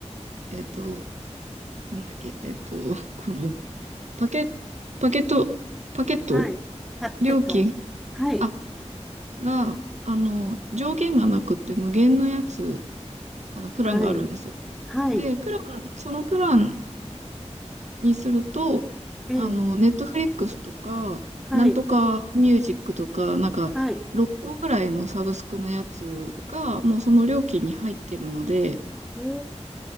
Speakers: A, on the right; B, in the centre.
A: えっと、なんだっけ、えっと、このパケ、パケット、パケット、
B: はい。パッケット。
A: 料金、
B: はい。
A: あ、が、あの、上限がなくって無限のやつ、あの、プランがあるんですよ。
B: はい。はい。
A: で、プラン、そのプランにすると、
B: ええ、
A: あの、ネットフリックスとか、
B: はい。
A: なんとかミュージックとか、なんか、
B: はい。
A: 6個ぐらいのサブスクのやつが、もうその料金に入ってるので、
B: ええ、